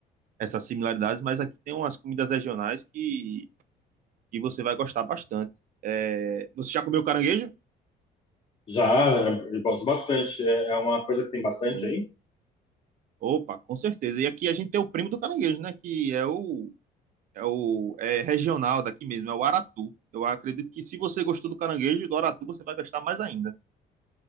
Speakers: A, on the right; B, on the left.
A: essas similaridades, mas aqui tem umas comidas regionais que, que você vai gostar bastante. É, Você já comeu caranguejo?
B: Já, é, eu gosto bastante. É, é uma coisa que tem bastante
A: Sim.
B: aí?
A: Opa, com certeza. E aqui a gente tem o primo do caranguejo, né? Que é o, é o é regional daqui mesmo, é o aratu. Eu acredito que se você gostou do caranguejo e do aratu, você vai gostar mais ainda.